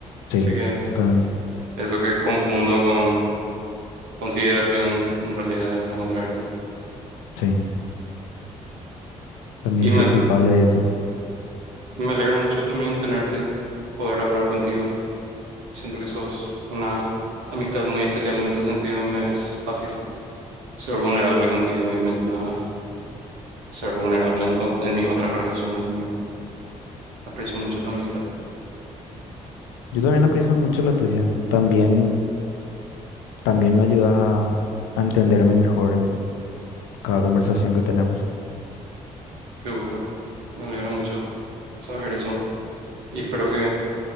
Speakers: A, on the left; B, on the right.
A: sí,
B: Así que
A: totalmente.
B: eso que confundo con consideración, en realidad es lo contrario.
A: Sí, también
B: Y me,
A: soy culpable de eso.
B: me alegra mucho también tenerte, poder hablar contigo. Siento que sos una amistad muy especial en ese sentido. Me es fácil ser vulnerable contigo y me ayuda a ser vulnerable en, o- en mis otras relaciones también. Aprecio mucho tu amistad.
A: Yo también aprecio mucho la tuya. También, también me ayudas a, a entenderme mejor en cada conversación que tenemos.
B: Qué gusto. Me alegra mucho saber eso. Y espero que